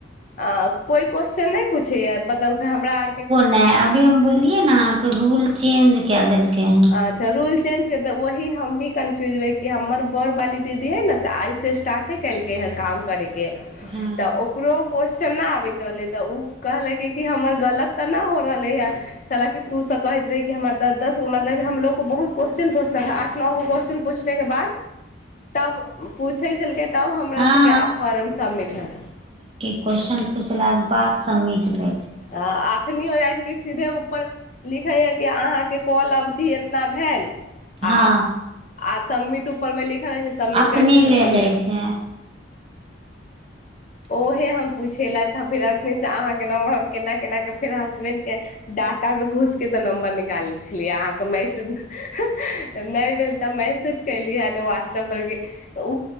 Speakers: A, on the left; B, on the right.
A: अ कोई क्वेेश्चन नहि पूछैया मतलब हमरा आरके
B: नै, अभी हम बोललिये न अहाँ के रूल चेंज क देलके हेन।
A: अच्छा रूल चेंज कर तऽ वह हम भी कन्फ्यूज रहै कि हमर बड़ वाली दीदी ह न ने से आइ से स्टार्टे केलकै हँ काम करैके
B: हूं
A: तऽ उकरो क्वेश्चन नहि आबैत रहलै, तऽ ओ कहलकै कि हमर गलत तऽ नहि हो रहलै हँ। कहलकि तू सब कहैत रहे कि हमरा दस दस गो म <unintelligible> हमलोग बहु क्वेशस्चन पुछलकै आठ नओगो क्वेशस्चन पूछनेके बाद तब पूछै छलकै, तब हमरा
B: हँ
A: सभके फॉर्म सबमिट होइ
B: क्वेस्चन पूछला के बाद सबमिट ले छै।
A: अखनी हो जाइ छै कि सीधे ऊपर लिखे य के अहाँके कॉल अब एतना भेल
B: हँ
A: आ, आ सबमिट उपरमे लिखल रहइ छै सबमिट
B: अपने
A: करै छै तऽ
B: ले
A: सबमिट
B: लै
A: हँ
B: छै <inaudible>
A: ओहे हम पुछेलथि आ फेर एखन से अहाँके नम्बर हम केना केनााकऽ फेर हसबैण्डके डाटा पे घुसके तऽ नम्बर निकालै छलियै अहाँके मैसेज तऽ नहि भेल तऽ मैसेज कली हँ व्हाट्सअपर कि ओ